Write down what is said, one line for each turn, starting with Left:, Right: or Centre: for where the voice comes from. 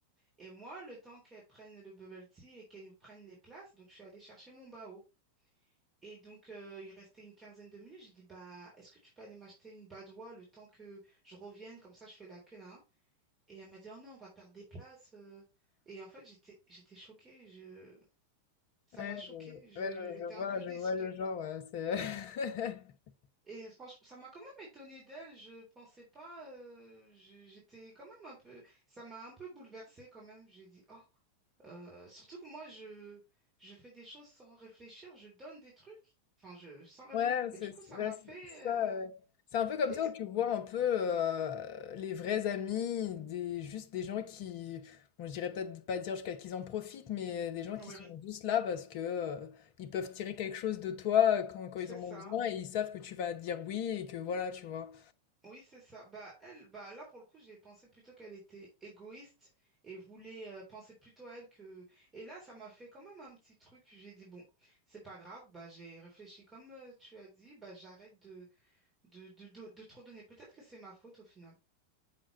Right: Et moi, le temps qu'elle prenne le bubble tea et qu'elle nous prenne les places, donc je suis allée chercher mon bao. Et donc, euh, il restait une quinzaine de minutes. J'ai dit, bah, est-ce que tu peux aller m'acheter une badoie le temps que je revienne? Comme ça, je fais la queue là. hein. Et elle m'a dit, oh non, on va perdre des places. euh. Et en fait, j'étais, j'étais choquée. Je... Ça
Left: Ouais,
Right: m'a choquée. Je...
Left: je, ouais, je-
Right: J'étais
Left: je
Right: un
Left: vois,
Right: peu
Left: je
Right: déçue.
Left: vois
Right: Donc...
Left: le genre. euh, c'est... <laughs>
Right: Et franchement, ça m'a quand même étonnée d'elle. Je pensais pas. euh, je- J'étais quand même un peu. Ça m'a un peu bouleversée quand même. J'ai dit, oh. euh, Surtout que moi, je... je fais des choses sans réfléchir. Je donne des trucs. Enfin, je... sans réfléchir.
Left: Ouais,
Right: Mais
Left: c'est
Right: du coup, ça
Left: ouais,
Right: m'a
Left: c'est-
Right: fait.
Left: ça. euh,
Right: euh,
Left: C'est un peu comme
Right: Et
Left: ça
Right: c'est
Left: où tu vois un peu euh, les vrais amis, des, juste des gens qui, bon, je dirais peut-être pas dire jusqu'à qu'ils en profitent, mais des gens
Right: oui,
Left: qui sont juste là parce que euh, ils peuvent tirer quelque chose de toi quand, quand
Right: c'est
Left: ils en
Right: ça.
Left: ont besoin et ils savent que tu vas dire oui et que voilà, tu vois.
Right: Oui, c'est ça. Bah elle, bah là pour le coup, j'ai pensé plutôt qu'elle était égoïste et voulait euh, penser plutôt à elle que. Et là, ça m'a fait quand même un petit truc. J'ai dit bon, c'est pas grave. Bah j'ai réfléchi comme euh, tu as dit. Bah j'arrête de de, de, de de trop donner. Peut-être que c'est ma faute au final.